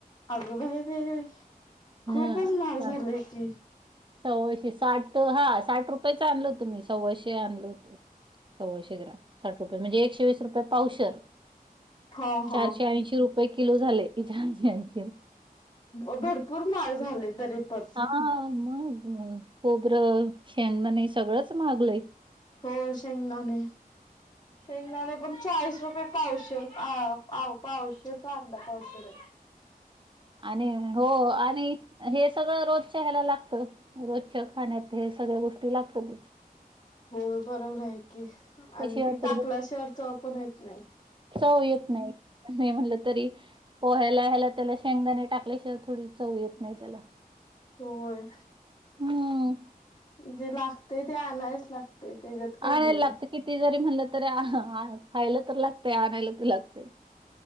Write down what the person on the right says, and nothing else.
हां.
साठ
सव्वाशे साठ हा साठ रुपयेच आणल होत मी तुम्ही सव्वाशे आणल होत. सव्वाशे ग्राम साठ रुपये म्हणजे एकशे वीस रुपये पावशेर.
चारशे ऐंशी रुपये किलो झालय चारशे ऐंशी रुपये.
हा मग अ खोबरं शेंगणे सगळंच महागलंय
आणि हो आणि हे सगळं रोज त्या ह्याला लागतचं रोजच्या खाण्यात हे सगळ्या गोष्टी लागततच.
त्याशिवाय
तर
चव येत नाय नाही म्हटलं तरी पोह्याला ह्याला त्याला शेंगदाणे टाकल्याशिवाय थोडी चव येत नाय त्याला
हम्म
आणायला
लागत किती जरी म्हणलं तरी खायला तर लागत आणायला तर लागतय.